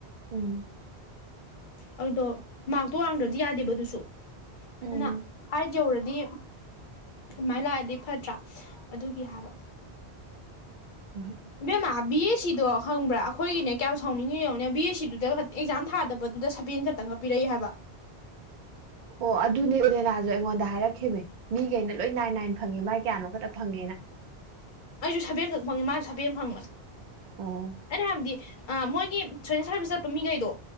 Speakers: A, on the right; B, on the left.
A: ꯎꯝ
B: ꯑꯗꯨꯗꯣ ꯃꯥꯔꯛꯇꯣ ꯋꯥꯡꯗ꯭ꯔꯗꯤ ꯌꯥꯗꯦꯕ ꯑꯗꯨꯁꯨ
A: ꯎꯝ
B: ꯑꯥꯅ ꯑꯥꯏꯠ ꯌꯧꯔꯗꯤ ꯑꯗꯨꯃꯥꯏꯅ ꯂꯥꯛꯑꯗꯤ ꯐꯠꯇ꯭ꯔꯥ ꯑꯗꯨꯒꯤ ꯍꯥꯏꯕ
A: ꯍꯣꯏ
B: ꯏꯕꯦꯝꯃ ꯕꯤ ꯑꯦꯁ ꯁꯤꯗꯣ ꯈꯪꯕ꯭ꯔꯥ ꯑꯈꯣꯏꯒꯤꯅꯦ ꯀꯌꯥꯝ ꯁꯥꯎꯅꯤꯡꯉꯤ ꯌꯦꯉꯣꯅꯦ ꯕꯤ ꯑꯦꯁ ꯁꯤꯗꯨꯗ ꯑꯦꯛꯖꯥꯝ ꯊꯥꯗꯕꯗꯨꯗ ꯁꯕꯦꯟ ꯈꯇꯪ ꯄꯤꯔꯛꯏ ꯍꯥꯏꯕ
A: ꯑꯣ ꯑꯗꯨꯅꯦ ꯎꯔꯦꯅꯥꯖꯨ ꯑꯩꯉꯣꯟꯗ ꯍꯥꯏꯔꯛꯈꯤꯕ ꯃꯤꯒꯩꯅ ꯂꯣꯏ ꯅꯥꯏ ꯅꯥꯏꯅ ꯐꯪꯉꯦ ꯃꯥꯏ ꯀꯌꯥꯅꯣ ꯈꯛꯇ ꯐꯪꯉꯦꯅ
B: ꯑꯩꯖꯨ ꯁꯕꯦꯟ ꯈꯛ ꯐꯪꯉꯦ ꯃꯥꯁꯨ ꯁꯥꯕꯦꯟ ꯐꯪꯕꯅꯦ
A: ꯑꯣ
B: ꯑꯩꯅ ꯍꯥꯏꯕꯗꯤ ꯑꯥ ꯃꯣꯏꯒꯤ ꯁꯣꯏꯁꯦꯜ ꯁꯥꯔꯚꯤꯁ ꯆꯠꯄ ꯃꯤꯒꯩꯗꯣ